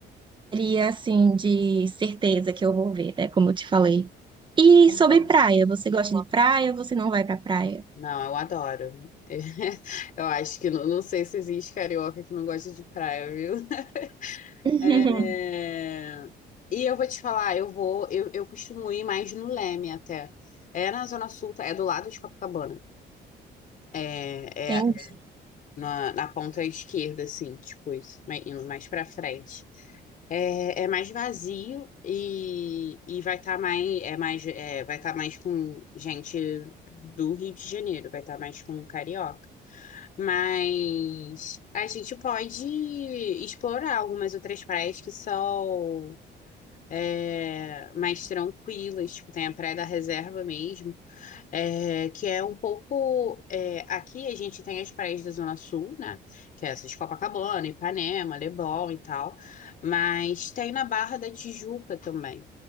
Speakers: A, on the right; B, on the left.
A: seria assim de certeza que eu vou ver, né? Como eu te falei. E
B: Uhum.
A: sobre praia, você gosta de praia ou você não vai pra praia?
B: não, eu adoro. <laughs> Eu acho que não, não sei se existe carioca que não gosta de praia, viu? <laughs>
A: <laughs>
B: É, e eu vou te falar, eu vou, eu, eu costumo ir mais no Leme até. É na Zona Sul, tá? é do lado de Copacabana. É.
A: Entendi.
B: é na, na ponta esquerda, assim, tipo isso, mai- indo mais pra frente. É, é mais vazio e, e vai estar mais, é mais, é, vai tá mais com gente do Rio de Janeiro, vai estar mais com carioca. Mas a gente pode explorar algumas outras praias que são é, mais tranquilas, tipo, tem a Praia da Reserva mesmo, é, que é um pouco. é, aqui a gente tem as praias da Zona Sul, né? Que é essa de Copacabana, Ipanema, Leblon e tal, mas tem na Barra da Tijuca também,